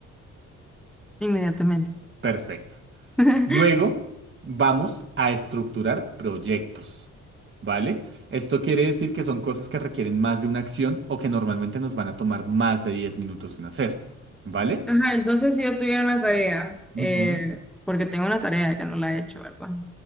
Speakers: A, in the centre; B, on the right (about 40°).
A: inmediatamente.
B: Perfecto.
A: <laughs>
B: Luego vamos a estructurar proyectos, ¿vale? Esto quiere decir que son cosas que requieren más de una acción o que normalmente nos van a tomar más de 10 minutos en hacer, ¿vale?
A: Ajá, entonces si yo tuviera una tarea,
B: Ujú,
A: eh, Porque tengo una tarea que no la he hecho, ¿verdad?